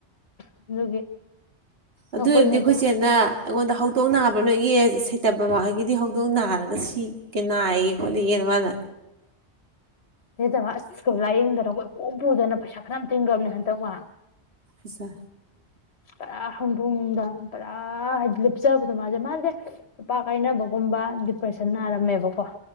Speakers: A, on the left; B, on the right.
A: ꯑꯗꯨꯒꯤ
B: ꯑꯗꯨꯏꯕꯅꯤ
A: ꯑꯩꯈꯣꯏ ꯃꯦꯗꯥ
B: ꯑꯩꯈꯣꯏꯁꯦꯠꯅ ꯑꯩꯉꯣꯟꯗ ꯍꯧꯗꯣꯡꯅꯕ ꯅꯣ ꯌꯦ ꯁꯩꯇꯕ ꯃꯈꯣꯏꯒꯤꯗꯤ ꯍꯧꯗꯣꯡ ꯅꯥꯔꯒ ꯁꯤꯒ ꯅꯥꯏꯌꯦ ꯍꯜꯂꯤ ꯌꯦꯅ ꯃꯥꯅꯦ
A: ꯅꯇꯕ ꯑꯁꯀ ꯂꯥꯏꯌꯦꯡꯗꯅꯈꯣꯏ ꯏ ꯄꯣꯝ ꯄꯨꯗꯅ ꯄꯩꯁꯥ ꯈꯔ ꯇꯤꯡꯈ꯭ꯔꯕꯅꯦ ꯍꯟꯗꯛ ꯋꯥ
B: ꯑꯁꯥ
A: ꯇꯔꯥ ꯍꯪ ꯊꯣꯡꯗꯔ ꯑ ꯍꯥꯏꯗꯤ ꯂꯨꯞꯆꯕꯗꯣ ꯃꯥꯁꯦ ꯃꯥꯁꯦ ꯅꯨꯨꯄꯥ ꯀꯥꯏꯅꯕꯒꯨꯝꯕ ꯗꯤꯄ꯭ꯔꯦꯁꯟ ꯅꯥꯔꯝꯃꯦꯕꯀꯣ